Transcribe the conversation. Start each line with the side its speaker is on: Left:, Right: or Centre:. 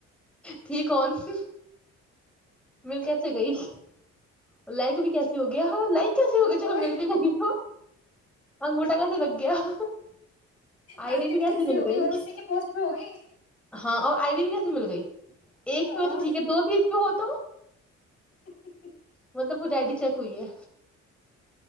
Centre: ٹھیک کون <unintelligible> مل کیسے گئی <unintelligible> لائک بھی کیسی ہو گیا ہاں لائک کیسی ہو گیا چلو
Left: اور
Centre: مل بھی لگی تو انگوٹا کا لگیا <unintelligible> آئی
Left: غلطی
Centre: ڈی بھی کیسی مل
Left: ہوگی
Centre: گئی
Left: اور اسی کی پوسٹ پہ ہوگی
Centre: ہاں اور آئی ڈی بھی کیسی مل گئی ایک
Left: ہاں
Centre: پہ ہو تو ٹھیک ہے دو تین پہ ہوتے
Left: <inaudible>
Centre: مطلب پجاڈ چک ہوئی ہے